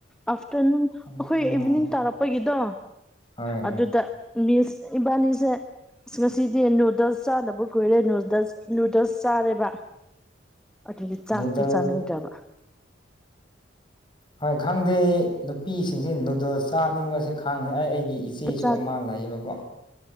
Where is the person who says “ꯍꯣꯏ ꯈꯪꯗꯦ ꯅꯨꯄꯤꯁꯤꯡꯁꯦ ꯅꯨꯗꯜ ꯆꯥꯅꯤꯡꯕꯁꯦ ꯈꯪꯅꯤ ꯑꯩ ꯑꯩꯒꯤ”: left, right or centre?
Left